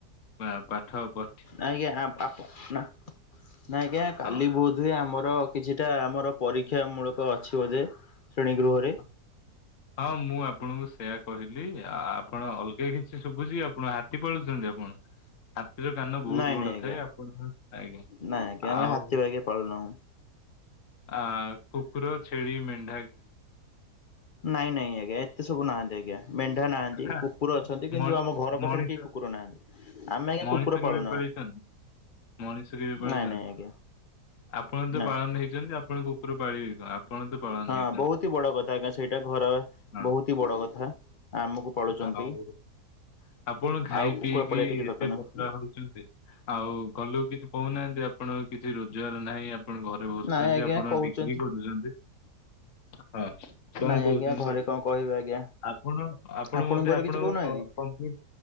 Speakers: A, on the left (about 50°); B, on the left (about 85°).
A: ପା ପାଠ ପ
B: ଆଜ୍ଞା ଆପ୍ ଆପ ନା ନାଁ ଆଜ୍ଞା କାଲି
A: ହଁ।
B: ବୋଧ୍ ହୁଏ ଆମର କିଛିଟା ଆମର ପରୀକ୍ଷା ମୂଳକ ଅଛିି ବୋଧେ ଶ୍ରେଣୀ ଗୃହରେ
A: ହଁ। ହଁ ମୁଁ ଆପଣଙ୍କୁ ସେୟା କହିଲି ଆପଣ ଅଲଗା କିଛି ଶୁଭୁଛି କି, ଆପଣ ହାତୀ ପାଳୁଛନ୍ତି ଆପଣ। ହାତୀର କାନ ବହୁତ
B: ନାଇଁ
A: ବଡ଼
B: ନାଇଁ ଆଜ୍ଞା
A: ଥାଏ, ଆପଣଙ୍କ ଆଜ୍ଞା
B: ନାଇଁ ଆଜ୍ଞା ଆମେ
A: ଆଉ
B: ହାତୀ ବାଘ ପାଳୁନାହୁଁ।
A: ଆ କୁକୁର ଛେଳି ମେନ୍
B: ନାଇଁ ନାଇଁ ଆଜ୍ଞା ଏତେ ସବୁ ନାହାନ୍ତି ଆଜ୍ଞା ମେଣ୍ଢା ନାହା ଏଇ
A: ହା
B: କୁକୁର ଅଛନ୍ତି। କିନ୍ତୁ
A: ମଣି
B: ଆମ ଘର
A: ମଣିଷ
B: ପାଖରେ କେହି କୁକୁର ନାହାନ୍ତି ଆମେ ଆଜ୍ଞା
A: ମଣିଷ
B: କୁକୁର
A: କେବେ
B: ପାଳୁନା।
A: ପାଳିଛନ୍ତି ମଣିଷ କେବେ ପାଳିଛନ୍ତି,
B: ନାଇଁ ନାଇଁ ଆଜ୍ଞା
A: ଆପଣ ତ
B: ନା
A: ପାଳନ ହେଇଛନ୍ତି ଆ ଆପଣ କୁକୁର ପାଳିବେ କ ଆପଣ ତ ପାଳନ
B: ହଁ
A: ହେଇଛନ୍ତି
B: ବହୁତି ବଡ଼ କଥା ଆଜ୍ଞା ସେଇଟା ଘର
A: ହଁ।
B: ବହୁତ ହି ବଡ଼ କଥା ଆମକୁ ପାଳୁଛନ୍ତି
A: ଆଉ ଆପଣ ଖାଇ
B: ଆଉ କୁକୁର
A: ପିଇକି
B: ପାଳିବା କିଛି ଦରକାର
A: ଏତେ
B: ନାହିଁ
A: ପତଳା ହଉଛନ୍ତି। ଆଉ ଘର ଲୋକ କିଛି କହୁନାହାନ୍ତି, ଆପଣ କିଛି ରୋଜଗାର ନାହିଁ ଆ ଆପଣ ଘରେ ବସୁଛନ୍ତି
B: ନାଇଁ ଆଜ୍ଞା
A: ଆପଣ
B: କହୁଛନ୍ତି।
A: ଡିଗ୍ରୀ କରୁଛନ୍ତି। ହଁ କଣ
B: ନାଇଁ
A: କହୁଛନ୍ତି
B: ଆଜ୍ଞା ଘରେ
A: ଆକୁ
B: କଣ କହିବେ ଆଜ୍ଞା
A: ଆପଣ ଆପଣ
B: ଆପଣଙ୍କ
A: ମତେ
B: ଘରେ
A: ଆପଣ
B: କିଛି କହୁନାହାନ୍ତି?
A: କ କ କମ୍ପେନ୍